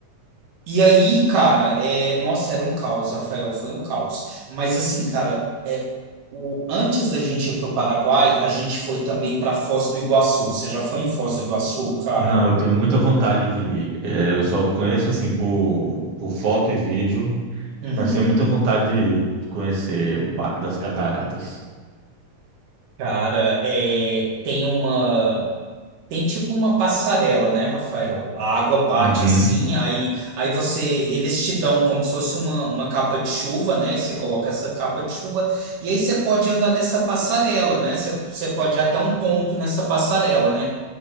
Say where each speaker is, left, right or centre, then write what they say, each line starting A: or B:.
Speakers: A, on the right; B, on the right.
A: E aí, cara, é, nossa, era um caos, Rafael, foi um caos. Mas assim, cara, é, o, antes da gente ir pro Paraguai, a gente foi também para Foz do Iguaçu. Você já foi em Foz do Iguaçu, cara?
B: Não, eu tenho muita vontade de. é, eu só conheço assim por, por foto e vídeo,
A: Uhum.
B: mas tenho muita vontade de, de conhecer o Parque das Cataratas.
A: Cara, é, tem uma. Tem tipo uma passarela, né, Rafael? A água bate
B: Uhum.
A: assim, aí, aí você. Eles te dão como se fosse uma, uma capa de chuva, né? Você coloca essa capa de chuva, e aí você pode andar nessa passarela, né? Você, você pode ir até um ponto nessa passarela, né?